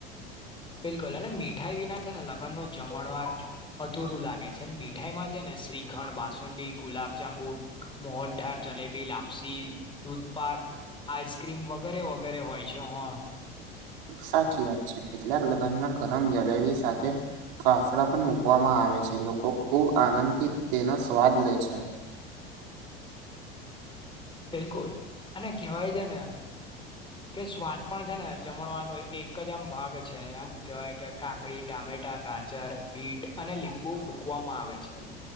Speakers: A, on the left (about 15°); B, on the right (about 65°).
A: બિલકુલ અને મીઠાઈ વિના છે ને લગ્નનું જમણવાર અધુરું લાગે છે મીઠાઈમાં છે ને શ્રીખંડ, બાસુંડી ગુલાબજાંબુ, મોહનથાળ. જલેબી, લાપસી, દૂધપાક, આઈસ્ક્રીમ વગેરે-વગેરે હોય છે હો.
B: સાચી વાત છે કેટલાક લગ્નમાં ગરમ જલેબી સાથે ફાફડા પણ મૂકવામાં આવે છે લોકો ખૂબ આનંદ થી તેનો સ્વાદ લે છે.
A: બિલકુલ અને કેહેવાય છે ને કે સ્વાદ પણ છે ને જમણવાનો એક એક જ આમ ભાગ છે આમ કેહેવાય કે કાકડી, ટામેટા, ગાજર, બીટ, અને લીંબુ મૂકવામાં આવે છે.